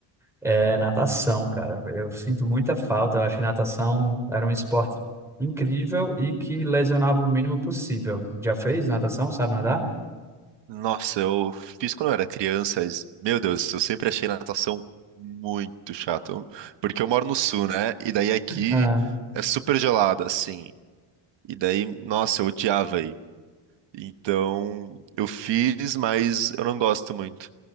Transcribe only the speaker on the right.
Nossa, eu fiz quando eu era criança, mas, meu Deus, eu sempre achei natação muito chata. Eu- Porque eu moro no sul, né? E daí aqui
é super gelado, assim. E daí, nossa, eu odiava Então, eu fiz, mas eu não gosto muito.